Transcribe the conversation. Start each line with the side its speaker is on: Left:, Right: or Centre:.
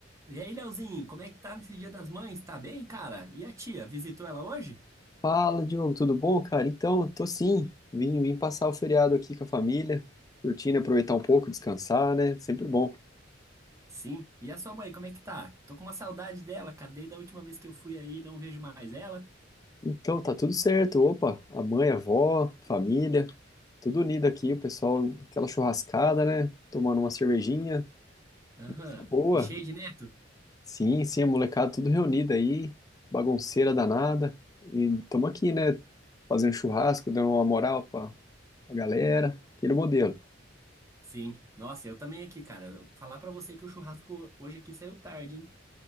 Right: E aí, Leozinho, como é que tá nesse Dia das Mães? Tá bem, cara? E a tia, visitou ela hoje?
Left: Fala, Diogo, tudo bom, cara? Então, tô sim. Vim, vim passar o feriado aqui com a família, curtindo, aproveitar um pouco, descansar, né? Sempre bom.
Right: Sim. E a sua mãe, como é que tá? Tô com uma saudade dela, cara. Desde a última vez que eu fui aí, não vejo mais ela.
Left: Então, tá tudo certo. Opa, a mãe, a avó, família, tudo unido aqui, o pessoal, aquela churrascada, né? Tomando uma cervejinha.
Right: Aham.
Left: Tá Boa.
Right: E cheio de neto?
Left: Sim, sim, a molecada tudo reunida aí, bagunceira danada. E tamo aqui, né? Fazendo churrasco, dando uma moral pra, pra galera, aquele modelo.
Right: Sim. Nossa, eu também aqui, cara. Eu vou falar pra você que o churrasco hoje aqui saiu tarde, hein?